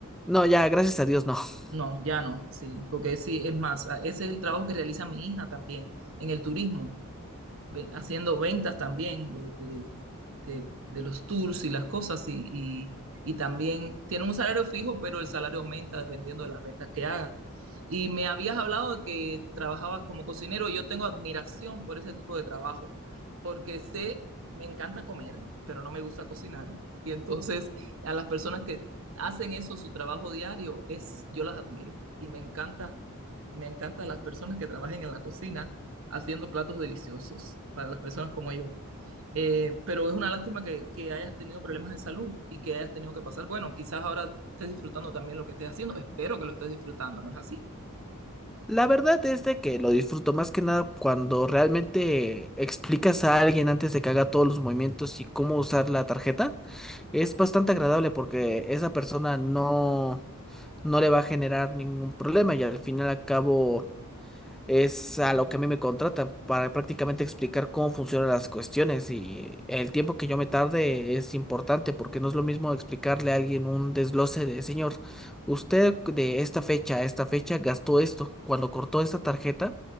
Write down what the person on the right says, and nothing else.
No, ya no, sí, porque sí, es más, a- ese es el trabajo que realiza mi hija también en el turismo. ve- haciendo ventas también de, de- de- de los tours y las cosas y, y- y también tienen un salario fijo, pero el salario aumenta dependiendo de las ventas que hagan. Y me habías hablado de que trabajabas como cocinero. Yo tengo admiración por ese tipo de trabajo, porque sé, me encanta comer, pero no me gusta cocinar. Y entonces a las personas que hacen eso, su trabajo diario, es, yo las admiro y me encanta me encantan las personas que trabajen en la cocina haciendo platos deliciosos para las personas como yo. Eh, pero es una lástima que, que hayas tenido problemas de salud y que hayas tenido que pasar. Bueno, quizás ahora estés disfrutando también lo que estés haciendo. Espero que lo estés disfrutando, ¿no es así?